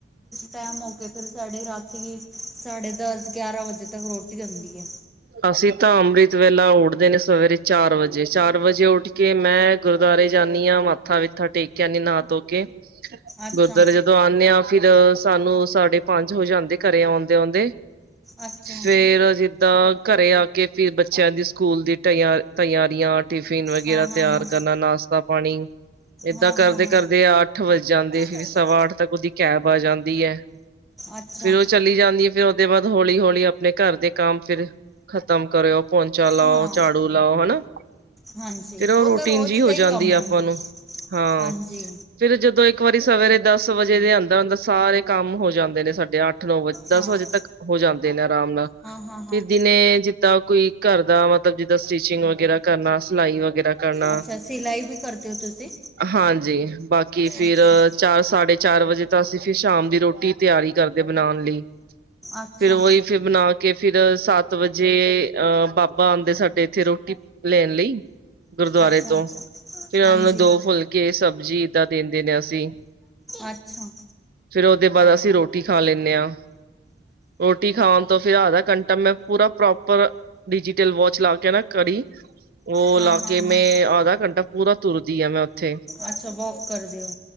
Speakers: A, in the centre; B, on the right.
A: ਟੈਮ ਹੋ ਕੇ, ਫੇਰ ਸਾਡੀੇ ਰਾਤੀ ਸਾਢੇ ਦਸ, ਗਿਆਰਾਂ ਵਜੇ ਤੱਕ ਰੋਟੀ ਹੁੰਦੀ ਹੈ
B: ਅਸੀਂ ਤਾਂ, ਅੰਮ੍ਰਿਤ ਵ ਉੱਠਦੇ ਨੇ ਸਵੇਰੇ ਚਾਰ ਵਜੇ। ਚਾਰ ਵਜੇ ਉੱਠ ਕੇ ਮੈਂ, ਗੁਰਦੁਆਰੇ ਜਾਂਦੀ ਹਾਂ ਮੱਥਾ ਵਿੱਥਾ ਟੇਕਿਆ ਨੀ ਨਾ- ਧੋ ਕੇ।
A: ਅੱਛਾ
B: ਗੁਰਦੁਆਰੇ ਜਦੋਂ ਆਉਂਦੇ ਆ ਫੇਰ ਸਾਨੂੰ ਸਾਢੇ ਪੰਜ ਹੋ ਜਾਂਦੇ ਘਰੇ ਆਉਂਦੇ-ਆਉਂਦੇ,
A: ਅੱਛਾ
B: ਫੇਰ ਜ ਦਾ ਘਰੇ ਆ ਕੇ ਫਿਰ ਬੱਚਿਆਂ ਦੀ ਸਕੂਲ ਦੀ ਤਿਆ ਤਿਆਰੀਆਂ। ਟਿਫਿਨ ਵਗੈਰਾ
A: ਹਾਂ ਹਾਂ
B: ਤਿਆਰ
A: ਹਾਂ
B: ਕਰਨਾ ਨਾਸ਼ਤਾ ਪਾਣੀ। ਏਦਾਂ
A: ਹਾਂ
B: ਕਰਦੇ
A: ਹਾਂ
B: ਕਰਦੇ ਅੱਠ ਵੱਜ ਜਾਂਦੇ
A: ਹਾਂ
B: ਸਵਾ ਅੱਠ ਤੱਕ ਉਹਦੀ ਕੈਬ ਆ ਜਾਂਦੀ ਹੈ।
A: ਅੱਛਾ
B: ਫੇਰ ਉਹ ਚਲੀ ਜਾਂਦੀ ਹੈ ਫੇਰ ਦੇ ਬਾਅਦ ਹੌਲੀ ਹੌਲੀ ਆਪਣੇ ਘਰ ਦੇ ਕੰਮ ਫਿਰ ਖਤਮ ਕਰਿਓ। ਪੋਂਚਾ ਲਾਓ
A: ਹਾਂ
B: ਝਾੜੂ ਲਾਓ ਹਨਾ।
A: ਹਾਂਜੀ
B: ਫਿਰ ਉਹ ਰੁਟੀਨ
A: ਤਾਂ ਰੋਜ਼
B: ਜਿਹੀ ਹੋ
A: ਦਾ ਹੀ
B: ਜਾਂਦੀ
A: ਕੰਮ ਹਨ
B: ਆਪਾਂ ਨੂੰ ਹਾਂ
A: ਹਾਂਜੀ
B: ਫਿਰ ਜਦੋਂ ਇੱਕ ਵਾਰੀ ਸਵੇਰੇ ਦਸ ਵਜੇ ਦੇ ਅੰਦਰ ਅੰਦਰ ਸਾਰੇ ਕੰਮ ਹੋ ਜਾਂਦੇ ਨੇ ਸਾਡੇ ਅੱਠ ਨੌ ਦਸ
A: ਹਾਂ
B: ਵਜੇ ਤੱਕ ਹੋ ਜਾਂਦੇ ਨੇ ਆਰਾਮ ਨਾਲ
A: ਹਾਂ ਹਾਂ ਹਾਂ
B: ਫਿਰ ਦਿਨੇ ਜ ਤਾਂ ਕੋਈ ਘਰ ਦਾ ਮਤਲਬ ਜਿੱਦਾਂ ਸਟਿਚਿੰਗ ਵਗੈਰਾ ਕਰਨਾ ਸਿਲਾਈ ਵਗੈਰਾ ਕਰਨਾ
A: ਅੱਛਾ ਸਿਲਾਈ ਵੀ ਕਰਦੇ ਹੋ ਤੁਸੀਂ
B: ਹਾਂਜੀ ਬਾਕੀ ਫਿਰ
A: ਅੱਛਾ
B: ਚਾਰ ਸਾਢੇ ਚਾਰ ਵਜੇ ਤਾਂ ਅਸੀਂ ਫਿਰ ਸ਼ਾਮ ਦੀ ਰੋਟੀ ਤਿਆਰੀ ਕਰਦੇ ਬਣਾਉਣ ਲਈ
A: ਅੱਛਾ
B: ਫਿਰ ਉਹੀ ਫਿਰ ਬਣਾ ਕੇ ਫਿਰ ਸੱਤ ਵਜੇ ਅਹ ਬਾਬਾ ਆਉਂਦੇ ਸਾਡੇ ਇੱਥੇ ਰੋਟੀ ਲੈਣ ਲਈ। ਗੁਰਦੁਆਰੇ
A: ਅੱਛਾ
B: ਤੋਂ ਫਿਰ ਉਹਨਾਂ
A: ਹਾਂਜੀ
B: ਨੂੰ ਦੋ ਫੁਲਕੇ ਸਬਜ਼ੀ ਏਦਾਂ ਦਿੰਦੇ ਨੇ ਅਸੀਂ।
A: ਅੱਛਾ ਅੱਛਾ
B: ਫਿਰ ਉਹਦੇ ਬਾਅਦ ਅਸੀਂ ਰੋਟੀ ਖਾ ਲੈਂਨੇ ਹਾਂ। ਰੋਟੀ ਖਾਨ ਤੋਂ ਫਿਰ ਆਧਾ ਘੰਟਾ ਮੈਂ ਪੂਰਾ ਪ੍ਰੋਪਰ ਡਿਜੀਟਲ ਵਾਚ ਲਾ ਕੇ ਨਾ ਕੜੀ ਉਹ
A: ਹਾਂ
B: ਲਾਕੇ
A: ਹਾਂ ਹਾਂ
B: ਮੈਂ ਆਧਾ ਘੰਟਾ ਪੂਰਾ ਤੁਰਦੀ ਆ ਮੈਂ ਉੱਥੇ।
A: ਅੱਛਾ ਕਰਦੇ ਓ